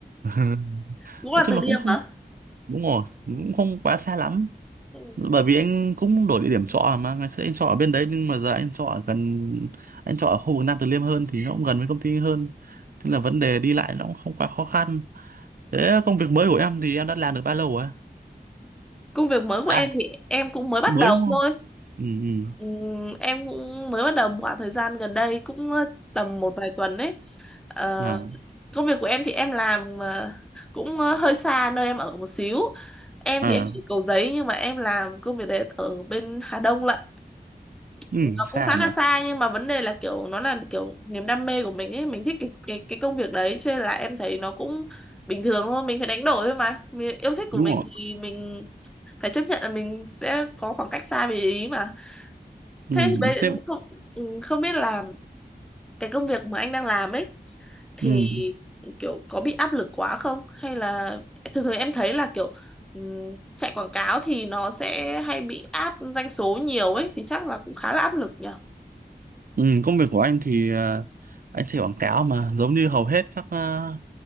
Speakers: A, on the right; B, in the centre.
A: <laughs>
B: cũng là
A: nói chung
B: Từ
A: là
B: Liêm
A: cũng không
B: hả
A: đúng rồi cũng không quá xa lắm
B: Ừ.
A: bởi vì anh cũng đổi địa điểm trọ mà ngày xưa anh trọ ở bên đấy nhưng mà giờ anh trọ ở gần anh trọ ở khu vực Nam Từ Liêm hơn thì nó cũng gần với công ty hơn thế là vấn đề đi lại nó cũng không quá khó khăn thế công việc mới của em thì em đã làm được bao lâu rồi
B: công việc mới của
A: à
B: em thì em cũng mới bắt
A: mới
B: đầu
A: đúng không
B: thôi
A: ừ ừ
B: Ừm, em cũng mới bắt đầu một khoảng thời gian gần đây cũng ờ, tầm một vài tuần đấy Ờ,
A: à
B: công việc của em thì em làm ờ, cũng ờ, hơi xa nơi em ở một xíu em
A: à
B: thì em ở Cầu Giấy nhưng mà em làm công việc đấy ở bên Hà Đông lận
A: ừ
B: nó
A: xa
B: cũng khá
A: nhỉ
B: là xa nhưng mà vấn đề là kiểu nó là kiểu niềm đam mê của mình ấy mình thích cái cái cái công việc đấy cho nên là em thấy nó cũng bình thường thôi mình phải đánh đổi thôi mà mình, yêu thích của
A: đúng
B: mình
A: rồi
B: thì mình phải chấp nhận là mình sẽ có khoảng cách xa về ý mà
A: ừ
B: Thế thì bây
A: thế
B: không ừ, không biết là cái công việc mà anh đang làm ấy thì
A: ừ
B: kiểu có bị áp lực quá không hay là thường thường em thấy là kiểu ừ, chạy quảng cáo thì nó sẽ hay bị áp doanh số nhiều ấy thì chắc là cũng khá là áp lực nhở
A: Ừ, công việc của anh thì ờ, anh chạy quảng cáo mà giống như hầu hết các ờ,